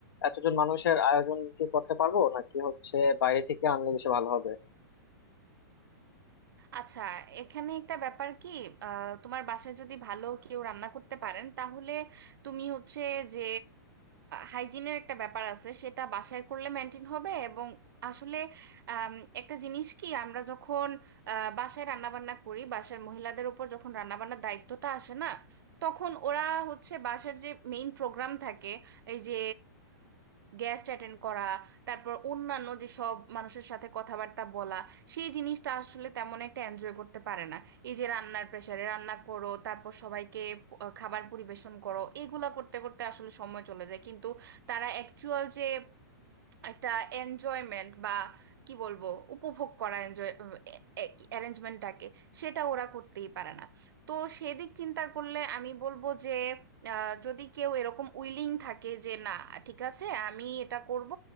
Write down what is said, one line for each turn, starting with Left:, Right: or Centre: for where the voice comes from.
Left: এতজন মানুষের আয়োজন কি করতে পারবো নাকি হচ্ছে বাইরে থেকে আনলে বেশি ভালো হবে
Right: আচ্ছা এখানে একটা ব্যাপার কি আহ, তোমার বাসায় যদি ভালো কেউ রান্না করতে পারেন তাহলে তুমি হচ্ছে যে হাইজিনের একটা ব্যাপার আছে সেটা বাসায় করলে মেনটেন হবে এবং আসলে আম, একটা জিনিস কি আমরা যখন আহ, বাসায় রান্নাবান্না করি বাসার মহিলাদের উপর যখন রান্নাবান্নার দায়িত্বটা আসে না তখন ওরা হচ্ছে বাসার যে মেইন প্রোগ্রাম থাকে এই যে গেস্ট অ্যাটেন্ড করা তারপর অন্যান্য যেসব মানুষের সাথে কথাবার্তা বলা সেই জিনিসটা আসলে তেমন একটা এনজয় করতে পারে না এই যে রান্নার প্রেসারে রান্না করো তারপর সবাইকে প- খাবার পরিবেশন করো এগুলা করতে করতে আসলে সময় চলে যায় কিন্তু তারা অ্যাকচুয়াল যে একটা এনজয়মেন্ট বা কি বলবো উপভোগ করা এনজয় অ্যারেঞ্জমেন্টটাকে সেটা ওরা করতেই পারে না তো সেদিক চিন্তা করলে আমি বলবো যে আহ, যদি কেউ এরকম উইলিং থাকে যে না ঠিক আছে আমি এটা করব